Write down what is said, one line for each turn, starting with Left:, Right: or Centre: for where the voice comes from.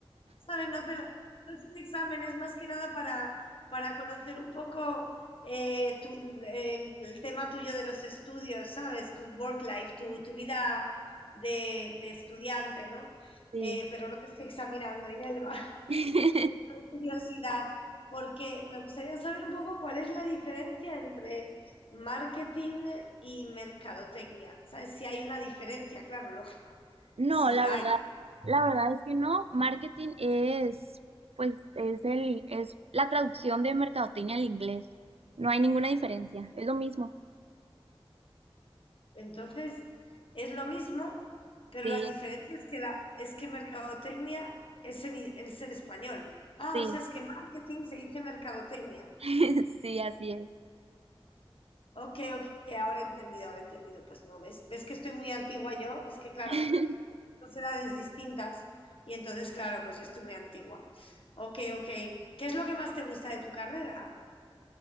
Left: ¿sabes? No te lo- no es un examen, es más que nada para, para conocer un poco eh, tu- el, el tema tuyo de los estudios, ¿sabes? Tu work life, tu, tu vida de, de estudiante, ¿no?
Right: Sí.
Left: Eh, pero no te estoy examinando, Inelva.
Right: <laughs>
Left: Es por curiosidad, porque me gustaría saber un poco cuál es la diferencia entre marketing y mercadotecnia. ¿Sabes? Si hay una diferencia, claro, lógico,
Right: No,
Left: si
Right: la
Left: la
Right: verdad,
Left: hay.
Right: la verdad es que no. Marketing es, pues, es el, es la traducción de mercadotecnia al inglés. No hay ninguna diferencia. Es lo mismo.
Left: Entonces, es lo mismo, pero
Right: Sí,
Left: la diferencia es que, la, es que mercadotecnia es en, es en español. Ah,
Right: sí,
Left: o sea, es que marketing se dice mercadotecnia.
Right: <laughs> sí, así es.
Left: Ok, ok, ahora he entendido, ahora he entendido. Pues no, ¿ves? ¿Ves que estoy muy antigua yo? Es que claro,
Right: <laughs>
Left: dos edades distintas y entonces, claro, pues yo estoy muy antigua. Ok, ok. ¿Qué es lo que más te gusta de tu carrera?